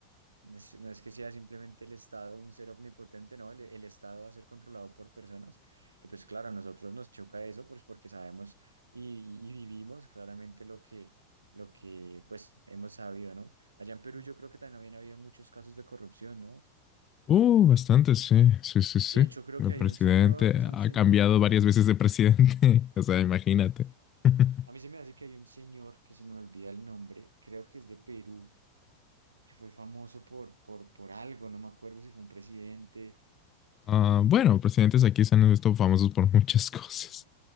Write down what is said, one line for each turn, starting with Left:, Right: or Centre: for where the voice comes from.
Right: no es, no es que sea simplemente el Estado un ser omnipotente, no, el, el Estado va a ser controlado por personas. Y pues claro, a nosotros nos choca eso, pues porque sabemos y, y vivimos claramente lo que, lo que pues hemos sabido, ¿no? Allá en Perú yo creo que también había muchos casos de corrupción, ¿no?
Left: Uh, bastante, sí, sí, sí, sí.
Right: De hecho, creo
Left: El
Right: que hay
Left: presidente
Right: un señor, es un
Left: ha
Right: señor
Left: cambiado
Right: muy
Left: varias
Right: famoso.
Left: veces de presidente, <laughs> o sea, imagínate. <laughs>
Right: A mí se me hace que hay un señor que se me olvida el nombre, creo que es de Perú, que fue famoso por, por, por algo, no me acuerdo si fue un presidente
Left: Ah,
Right: o fue
Left: bueno,
Right: un dictador.
Left: presidentes aquí se han visto famosos por muchas <laughs> cosas,